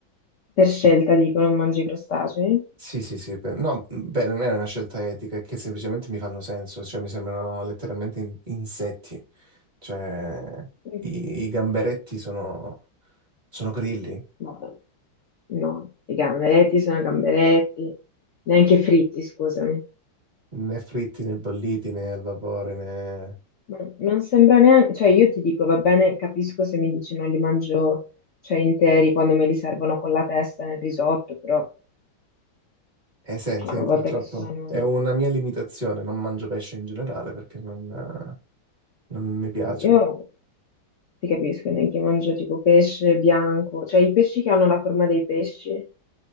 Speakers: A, on the left (about 70°); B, on the right (about 25°).
A: Per scelta dico, non mangi crostacei?
B: Sì, sì, sì. pe- No, mhmm, beh, non è una scelta etica, è che semplicemente mi fanno senso, cioè mi sembrano letteralmente in- insetti. Cioè,
A: Mm.
B: i, i gamberetti sono, sono grilli.
A: Vabbè. No, i gamberetti sono gamberetti, neanche fritti, scusami.
B: né fritti né bolliti né al vapore né...
A: Ma non sembra neanche, cioè io ti dico, va bene, capisco se mi dici non li mangio, cioè interi quando me li servono con la testa nel risotto, però
B: Eh, senti,
A: cioè, una
B: purtroppo
A: volta che sono...
B: è una mia limitazione, non mangio pesce in generale perché non, eh, non mi piace.
A: Io ti capisco, neanche mangio tipo pesce bianco, cioè i pesci che hanno la forma dei pesci,